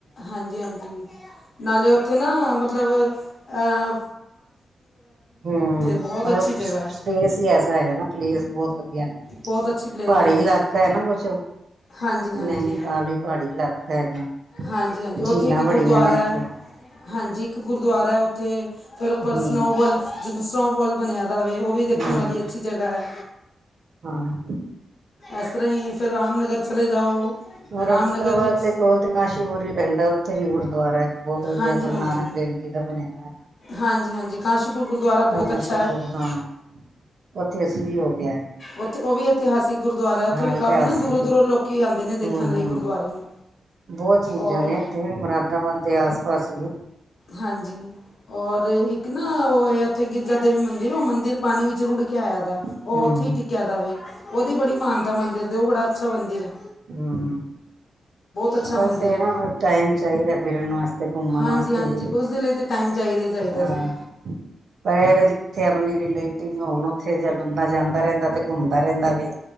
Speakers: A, on the left; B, on the right.
A: ਹਾਂਜੀ-ਹਾਂਜੀ ਨਾਲੇ ਉੱਥੇ ਨਾ ਮਤਲਬ ਅਹ
B: ਹਮ
A: ਬਹੁਤ
B: ਹੋਰ
A: ਅੱਛੀ ਜਗ੍ਹਾ
B: ਸਪੇਸ
A: ਹੈ
B: ਹੀ ਐਸਾ ਹੈਗਾ ਨਾ ਪਲੇਸ ਬਹੁਤ ਵਧੀਆ <unintelligible>
A: ਬਹੁਤ ਅੱਛੀ ਪਲੇਸ
B: ਪਹਾੜੀ
A: ਹੈ ਹਾਂਜੀ
B: ਇਲਾਕਾ ਹੈ ਨਾ ਕੁਛ।
A: ਹਾਂਜੀ ਹਾਂਜੀ
B: ਨੈਨੀਤਾਲ ਵੀ ਪਹਾੜੀ ਇਲਾਕਾ ਹੈਗਾ।
A: ਹਾਂਜੀ ਹਾਂਜੀ
B: ਝੀਲਾਂ
A: ਉੱਥੇ ਇੱਕ
B: ਬੜੀਆਂ
A: ਗੁਰਦੁਆਰਾ
B: ਨੇ ਉੱਥੇ
A: ਐ ਹਾਂਜੀ ਇੱਕ ਗੁਰਦੁਆਰਾ ਐ ਉੱਥੇ। ਫਿਰ ਉੱਪਰ
B: ਹੂੰ
A: ਸਨੋਵਫਲ ਜਦ ਸਨੋਵਫਲ ਬਣਿਆ ਦਾ ਵੇ ਉਹ ਵੀ ਦੇਖਣ
B: ਹੂੰ
A: ਵਾਲੀ ਅੱਛੀ ਜਗਾ ਐ।
B: ਹਾਂ।
A: ਇਸ ਤਰ੍ਹਾਂ ਹੀ ਫਿਰ ਰਾਮਨਗਰ ਚਲੇ ਜਾਓ।
B: ਰੋਤਾਵਾ
A: ਰਾਮਨਗਰ ਵਿੱਚ-
B: ਦੇ ਕੋਲ ਤੇ ਕਾਸ਼ੀਪੁਰ ਵੀ ਪੈਂਦਾ ਉੱਥੇ ਵੀ ਗੁਰੂਦੁਆਰਾ ਐ ਬਹੁਤ ਵਧੀਆ
A: ਹਾਂਜੀ
B: ਗੁਰੂ
A: ਹਾਂਜੀ
B: ਨਾਨਕ ਦੇਵ ਜੀ ਦਾ ਬਣਿਆ ਹੋਇਆ।
A: ਹਾਂਜੀ ਹਾਂਜੀ ਕਾਸ਼ੀਪੁਰ ਗੁਰਦੁਆਰਾ ਬਹੁਤ
B: ਕਾਸ਼ੀਪੁਰ
A: ਅੱਛਾ ਹੈ
B: ਹਾਂ, ਉੱਥੇ ਅਸੀਂ ਵੀ ਹੋ ਕੇ ਆਏ। ਨੇ
A: ਉੱਥੇ ਉਹ ਵੀ ਇਤਿਹਾਸਿਕ ਗੁਰਦੁਆਰਾ ਉੱਥੇ
B: ਹਾਂ
A: ਵੀ
B: ਇਤਿਹਾਸਿਕ
A: ਕਾਫ਼ੀ ਨਾ ਦੂਰੋਂ ਦੂਰੋਂ ਲੋਕ ਆਂਦੇ ਨੇ
B: ਹੂੰ
A: ਦੇਖਣ ਲਈ
B: ਹੂੰ
A: ਗੁਰਦੁਆਰੇ ਨੂੰ।
B: ਬਹੁਤ ਚੀਜ਼ਾਂ
A: ਔਰ
B: ਨੇ ਇੱਥੇ ਮੁਰਾਦਾਬਾਦ ਦੇ ਆਸ ਪਾਸ- ਵੀ
A: ਹਾਂਜੀ ਔਰ ਇੱਕ ਨਾ ਉਹ ਐ ਉੱਥੇ ਗਿਰਜਾ ਦੇਵੀ ਮੰਦਿਰ ਉਹ ਮੰਦਿਰ- ਪਾਣੀ ਵਿੱਚ ਰੁੜ ਕੇ ਆਇਆ ਦਾ
B: ਹੂੰ
A: ਉਹ ਉੱਥੇ
B: ਹੂੰ
A: ਹੀ ਟਿਕਿਆ ਦਾਵੇ ਉਹਦੀ ਬੜੀ ਮਾਨਤਾ ਮੰਦਰ ਦੇ ਉਹ ਬੜਾ ਅੱਛਾ ਮੰਦਰ ਐ।
B: ਹਮ
A: ਅੱਛਾ
B: ਬਸ
A: ਮੰਦਿਰ
B: ਇਹ
A: ਹੈ
B: ਨਾ ਵੀ ਟਾਈਮ ਚਾਹੀਦਾ ਫਿਰਨ ਵਾਸ- ਤੇ, ਘੁੰਮਣ
A: ਹਾਂਜੀ
B: ਵਾਸਤੇ
A: ਹਾਂਜੀ
B: ਵੀ-
A: ਉਸ ਦੇ ਲਈ ਤਾਂ ਟਾਈਮ ਚਾਹੀਦਾ ਹੀ ਚਾਹੀਦਾ
B: ਆਹ
A: ਜੀ
B: ਪੈਰ ਜ- ਇਥੇ ਆਪਣੇ ਰਿਲੇਟਿਵ ਹੋਣ ਉੱਥੇ ਜ ਬੰਦਾ ਜਾਂਦਾ ਰਹਿੰਦਾ ਤੇ ਘੁੰਮਦਾ ਰਹਿੰਦਾ ਵੇ।